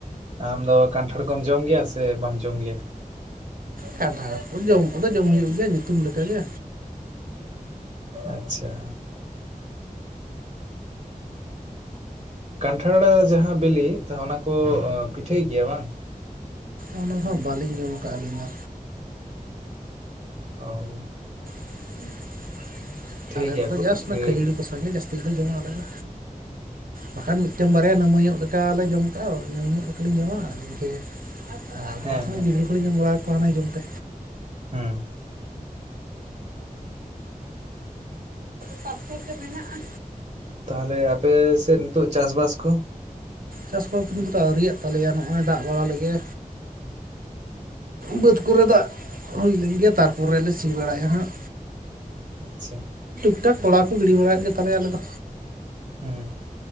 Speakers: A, on the right; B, on the right.
A: ᱟᱢ ᱫᱚ ᱠᱟᱱᱴᱷᱟᱲ ᱠᱚᱢ ᱡᱚᱢ ᱜᱮᱭᱟ ᱥᱮ ᱵᱟᱢ ᱡᱚᱢ ᱜᱮᱭᱟ
B: ᱠᱟᱱᱴᱷᱟᱲ ᱠᱚ ᱡᱚᱢ ᱠᱚᱫᱚ ᱡᱚᱢ ᱦᱩᱭᱩᱜ ᱜᱮᱭᱟ ᱧᱩᱛᱩᱢᱠᱟᱜᱮ
A: ᱟᱪᱪᱷᱟ ᱠᱟᱱᱴᱷᱟᱲ ᱡᱟᱦᱟᱸᱦᱟ ᱵᱤᱞᱤ ᱚᱱᱟᱠᱚ ᱯᱤᱴᱷᱟᱹᱭ ᱜᱮᱭᱟ ᱵᱟᱝ
B: ᱚᱱᱟ ᱫᱚ ᱵᱟᱹᱞᱤᱧ ᱡᱚᱢ ᱠᱟᱜ ᱟᱹᱞᱤᱧ ᱫᱚ᱾
A: ᱚᱸ-ᱚᱸ
B: <unintelligible> ᱦᱩᱸ ᱟᱞᱮᱫᱚ
A: ᱜᱮᱭᱟ ᱠᱚ
B: ᱡᱟᱥᱴ
A: ᱯᱤᱴᱷᱟᱹ
B: ᱚᱱᱟ ᱠᱷᱟᱹᱡᱟᱹᱲᱤ ᱠᱚ ᱥᱟᱣ ᱡᱟᱹᱥᱛᱤ ᱜᱮᱞᱮ ᱡᱚᱢᱟ ᱟᱞᱮ ᱫᱚ ᱵᱟᱠᱷᱟᱱ ᱢᱤᱫᱴᱮᱱ ᱵᱟᱨᱭᱟ ᱱᱟᱹᱢᱟᱹᱧᱚᱜ ᱞᱮᱠᱟᱞᱮ ᱡᱚᱢ ᱟᱠᱟᱟᱜᱼᱟ ᱤᱱᱟᱹ ᱧᱚᱜ ᱞᱮᱠᱟᱞᱧ ᱡᱚᱢᱟ ᱤᱱᱠᱟᱹ ᱟᱫᱚᱠᱷᱟᱱ
A: ᱦᱮᱸ ᱦᱮᱸ
B: ᱜᱤᱫᱽᱨᱟᱹ ᱠᱚᱞᱤᱧ ᱡᱚᱢ ᱵᱟᱲᱟ ᱠᱚᱣᱟ ᱦᱟᱱᱮ ᱡᱚᱢ ᱯᱮ᱾
A: ᱦᱮᱸ
B: <unintelligible> ᱢᱮᱱᱟᱜᱼᱟ
A: ᱛᱟᱦᱞᱮ ᱟᱯᱮ ᱥᱮᱫ ᱱᱤᱛᱚᱜ ᱪᱟᱥᱵᱟᱥ ᱠᱚ
B: ᱪᱟᱥᱵᱟᱥ ᱠᱤᱱᱛᱩᱟ ᱟᱹᱣᱨᱤᱭᱮᱫ ᱛᱟᱞᱮᱭᱟ ᱱᱚᱜᱼᱚᱭ ᱫᱟᱜ ᱵᱟᱲᱟ ᱞᱮᱜᱮ᱾ ᱵᱟᱹᱫᱽ ᱠᱚᱨᱮ ᱫᱟᱜ ᱦᱩᱭ ᱞᱮᱱ ᱜᱮᱭᱟ ᱛᱟᱨᱯᱚᱨᱮ ᱞᱮ ᱥᱤ ᱵᱟᱲᱟᱭᱟ ᱦᱟᱸᱜ᱾
A: ᱟᱪᱪᱷᱟ
B: ᱛᱚᱞᱟ ᱠᱚᱲᱟ ᱠᱚ ᱜᱤᱰᱤ ᱵᱟᱲᱟᱭᱮᱫ ᱜᱮᱛᱟᱞᱮᱭᱟ ᱟᱞᱮ ᱫᱚ᱾
A: ᱦᱩᱸ